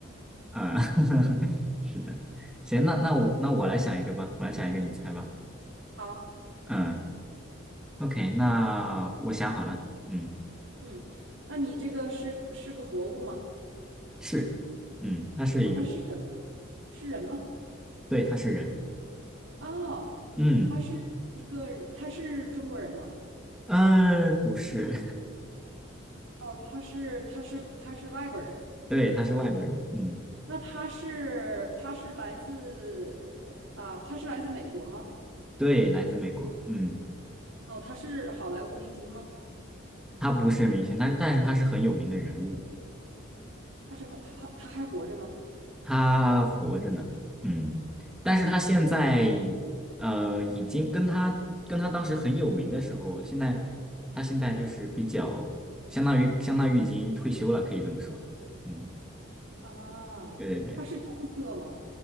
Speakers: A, in the centre; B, on the right.
A: 啊、<laughs> 是的，行，那那我那我来想一个吧，我来想一个，你猜吧，
B: 好，
A: 嗯，OK，那我想好了，嗯，
B: 嗯，那你这个是是个活物吗？
A: 是，嗯，他是一个，
B: 啊它是人，是人吗？
A: 对，他是人，
B: 哦，
A: 嗯，
B: 他是一个人他是中国人吗？
A: 呃，不是，
B: 哦，他是他是他是外国人。
A: <laughs> 对，他是外国人，
B: 嗯，
A: 嗯，
B: 那他是他是来自啊，他是来自美国吗？
A: 对，来自美国，嗯。
B: 哦，他是好莱坞明星吗？
A: 他不是明星，但但是他是很有名的人物，
B: 他是他他他还活着吗？
A: 他活着呢，嗯，但是他现在
B: 啊
A: 呃已经跟他跟他当时很有名的时候，现在他现在就是比较相当于相当于已经退休了，可以这么说，嗯，
B: 啊，
A: 对对对
B: 他是政客吗？